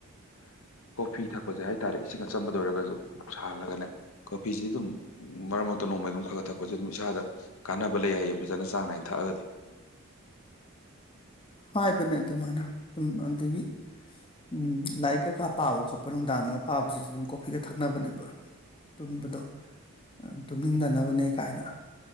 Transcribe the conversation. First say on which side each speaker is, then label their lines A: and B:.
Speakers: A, on the left; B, on the left.
A: ꯀꯣꯐꯤ ꯊꯛꯄꯁꯦ ꯍꯥꯏ ꯇꯔꯦ ꯏꯁꯤꯡ ꯑꯆꯝꯕꯗ ꯑꯣꯏꯔꯒꯁꯨ ꯁꯥꯍꯜꯂꯒꯅꯦ ꯀꯣꯐꯤꯁꯤ ꯑꯗꯨꯝ ꯃꯔꯛ ꯃꯔꯛꯇ ꯅꯣꯡꯃꯩ ꯑꯗꯨꯝ ꯈꯥꯥ ꯈꯥ ꯊꯛꯄꯁꯦ ꯑꯗꯨꯝ ꯏꯁꯥꯗ ꯀꯥꯟꯅꯕ ꯂꯩ ꯍꯥꯏꯌꯦ ꯐꯖꯅ ꯆꯥꯡ ꯅꯥꯏꯅ ꯊꯛꯑꯒꯗꯤ
B: ꯍꯥꯏꯕꯅꯦ ꯑꯗꯨꯃꯥꯏꯅ ꯑꯗꯨꯝ ꯑꯗꯒꯤ ꯎꯝ ꯂꯥꯏꯔꯤꯛ ꯀꯩꯀꯥ ꯄꯥꯕ ꯈꯣꯠꯄ ꯅꯨꯡꯗꯥꯡꯗꯒ ꯄꯥꯕꯁꯤꯁꯨ ꯑꯗꯨꯝ ꯀꯣꯐꯤꯒ ꯊꯛꯅꯕꯅꯦꯕ ꯇꯨꯝꯕꯗꯣ ꯇꯨꯝꯅꯤꯡꯗꯅꯕꯅꯦ ꯀꯥꯏꯅ